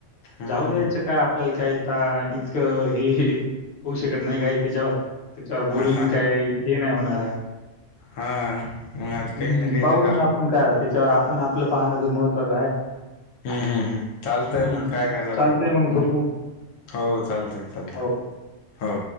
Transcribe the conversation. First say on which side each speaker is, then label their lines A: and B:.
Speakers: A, on the left; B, on the left.
A: हम्म
B: जाऊ द्यायचं का आपल्याला कायता इकं हे होऊ शकत नाही काय त्याच्यावर त्याच्यावर बोलून
A: हा
B: बी काही हे नाही होणार आहे
A: हा मग आता
B: हम्
A: काही ना काही
B: पाहू
A: तर करू
B: मग आपण काय त्याच्यावर आपण आपलं पाहणं ज महत्त्वाचं आहे
A: हम्म, हम्म, हम् चालतय
B: हं.
A: मंग काय काय झाली?
B: चालतंय मग झोपू.
A: हो चालतय चालतय
B: हो.
A: हो.